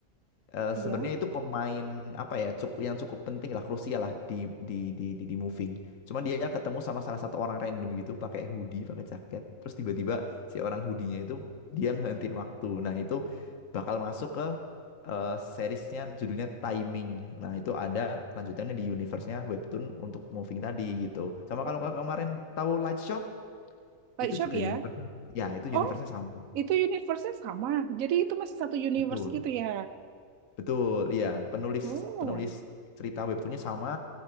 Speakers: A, on the left; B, on the right.
A: eh,
B: iya.
A: sebenarnya itu pemain apa ya cukup yang cukup penting lah krusial lah di di di di, di moving. Cuma dia ketemu sama salah satu orang random gitu pakai hoodie, pakai jaket. Terus tiba-tiba si orang hoodie-nya itu dia ngehentiin waktu. Nah, itu bakal masuk ke eh, seriesnya judulnya Timing. Nah, itu ada lanjutannya di universe-nya webtoon untuk moving tadi gitu. Sama
B: Oh,
A: kalau kakak kemarin tahu Light Shop
B: Light
A: itu
B: Shop
A: juga
B: ya?
A: universe-nya. Ya, itu
B: Oh,
A: universe-nya sama.
B: itu universe-nya sama. Jadi itu masih satu universe
A: Betul.
B: gitu ya?
A: Betul, iya. Penulis
B: Oh,
A: penulis cerita webtoonnya sama